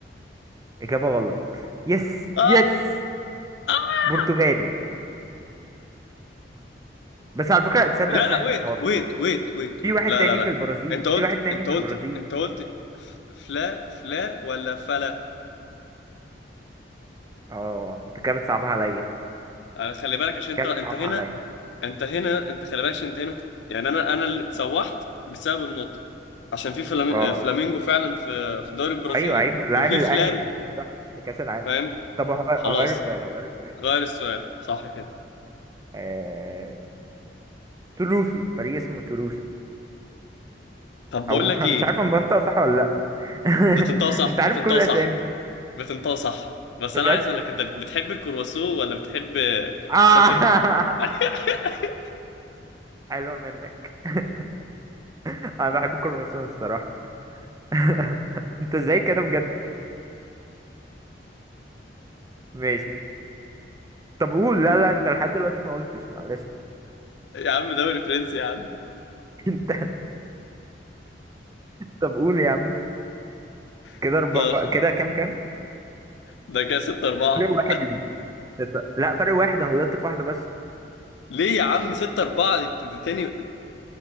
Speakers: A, on the right; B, on the left.
A: إجابة غلط يس
B: اه
A: يس
B: اه
A: برتغالي بس على فكرة تصدق
B: لا
A: ثانية
B: لا ويت
A: هو في
B: ويت ويت ويت
A: في
B: ويت
A: واحد
B: لا
A: تاني
B: لا لا
A: في البرازيل
B: انت قلت
A: في واحد تاني
B: انت
A: في
B: قلت
A: البرازيل
B: انت قلت ف- فلا فلا ولا فلا
A: اه انت كده بتصعبها عليا
B: انا خلي بالك عشان انت
A: كده
B: انت
A: بتصعبها
B: هنا
A: عليا
B: انت هنا انت خلي بالك عشان انت هنا كنت- يعني انا انا اللي اتسوحت بسبب النطق عشان في فلامي...
A: اه
B: فلامينجو فعلا في في الدوري البرازيلي
A: ايوه ايوه لاعب
B: وفي
A: الأهلي
B: فلان
A: صح في كأس العالم
B: فاهم
A: طب هغ-
B: خلاص
A: هغير السؤال هغير السؤال
B: غير السؤال صح كده
A: آه... تولوسو فريق اسمه تولوسو
B: طب بقول
A: او
B: لك
A: <laughs>
B: ايه
A: مش عارف انا بنطق صح ولا لا <laughs>
B: بتنطق صح
A: انت عارف
B: بتنطق
A: كل
B: صح
A: الاسامي
B: بتنطق صح بس
A: بجد
B: انا عايز اقول لك انت بتحب الكرواسو ولا بتحب
A: آه...
B: تسافر <laughs>
A: <laughs> حلوة منك <laughs> انا بحب الكرواسون الصراحة <laughs> انت ازاي كده بجد ماشي طب قول لا لا انت لحد دلوقتي ما قلتش معلش
B: يا عم دوري فرنسي يا عم
A: <laughs> طب قول يا عم كده
B: <laughs>
A: اربعة
B: طب
A: كده كام كام
B: ده كده 6 4
A: فرق واحد ليك تت- لا فرق واحد انا غلطت في واحدة بس
B: ليه يا عم 6 4 تاني